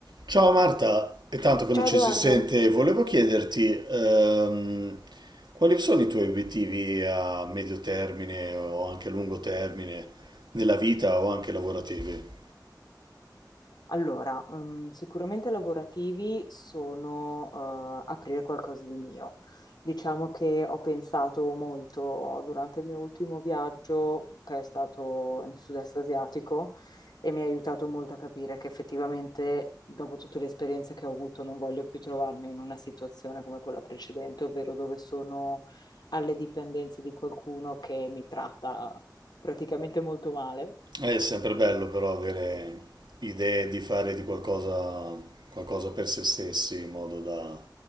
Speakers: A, on the right; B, on the left.
A: Ciao Marta, è tanto che non
B: Ciao
A: ci
B: Edoardo,
A: si sente, volevo chiederti ehm, quali sono i tuoi obiettivi a medio termine o anche a lungo termine nella vita o anche lavorativi?
B: Allora, ehm, sicuramente lavorativi sono eh, aprire qualcosa di mio. Diciamo che ho pensato molto durante il mio ultimo viaggio, che è stato nel sud-est asiatico, e mi ha aiutato molto a capire che effettivamente, dopo tutte le esperienze che ho avuto, non voglio più trovarmi in una situazione come quella precedente, ovvero dove sono alle dipendenze di qualcuno che mi tratta praticamente molto male.
A: È sempre bello però avere idee di fare di qualcosa, qualcosa per se stessi in modo da